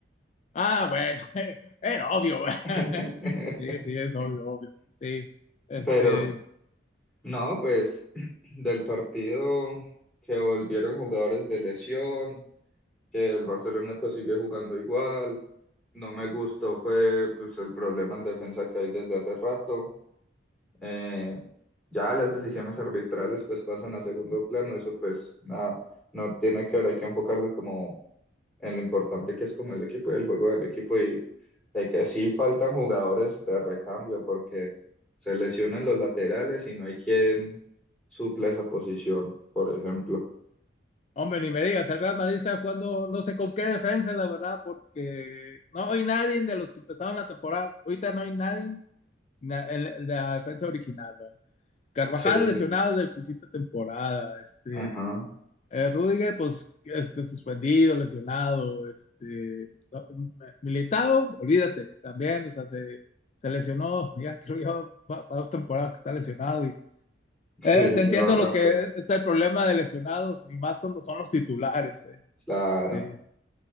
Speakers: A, on the left (about 35°); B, in the centre.
A: Ah, bueno, <laughs> era obvio, güey. <laughs>
B: <laughs>
A: Sí, sí, es obvio, obvio. Sí. Este,
B: Pero no, pues <clears throat> del partido que volvieron jugadores de lesión. que el Barcelona pues sigue jugando igual. No me gustó fue pues el problema en defensa que hay desde hace rato. Eh, ya las decisiones arbitrales pues pasan a segundo plano, eso pues nada, no tiene que ver, hay que enfocarse como en lo importante que es como el equipo y el juego del equipo y de que sí faltan jugadores de recambio porque se lesionan los laterales y no hay quien suple esa posición, por ejemplo.
A: hombre, ni me digas, el Real Madrid está jugando no sé con qué defensa, la verdad, porque no hay nadie de los que empezaron la temporada. Ahorita no hay nadie na- en la, en la defensa original, ¿verdad? Carvajal
B: Sí,
A: lesionado desde el principio de temporada, este,
B: ajá,
A: eh, Rüdiger, pues, este, suspendido, lesionado, este, lo- M- Militao, olvídate, también, o sea, se, se lesionó, <laughs> ya creo yo, para dos temporadas que está lesionado y
B: sí,
A: eh, te
B: sí,
A: entiendo
B: lleva rato.
A: lo que es, es el problema de lesionados y más cuando son los titulares, eh.
B: Claro,
A: Sí,